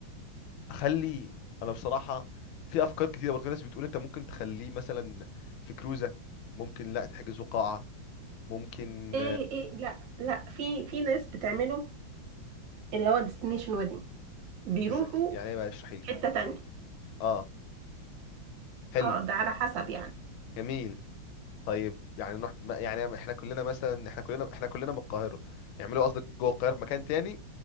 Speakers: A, on the left; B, on the right.
A: اخلي انا بصراحة في افكار كتيرة برضه في ناس بتقول انت ممكن تخليه مثلا في كروزة ممكن لا تحجزه قاعة ممكن
B: ايه ايه لا لا في في ناس بتعمله اللي هو ديستنيشن ويدنج بيروحوا
A: إز... يعني ايه بقى اشرحي لي
B: حتة تانية
A: اه حلو
B: اه ده على حسب يعني
A: جميل طيب يعني نروح ما- يعني احنا كلنا مثلا احنا كلنا احنا كلنا من القاهرة نعمله قصدك جوه القاهرة في مكان تاني